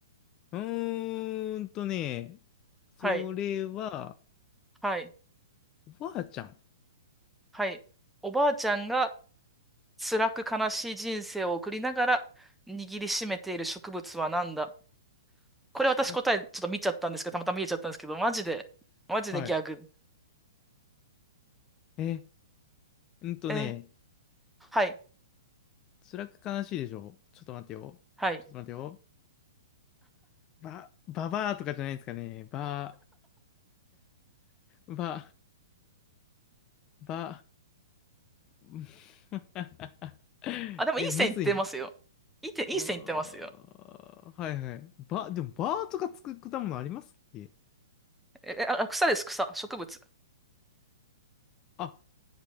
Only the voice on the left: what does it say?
うーんとね、それは、
おばあちゃん。
辛く、
はい。え、うんとね、
辛く悲しいでしょちょっと待ってよ。
ちょっと待ってよ。ば、ばばーとかじゃないですかね。ば、ば、ば、<laughs>
え、むずいな。
あーはいはい。
ば、でもばーとかつく果物ありますっけ
あ、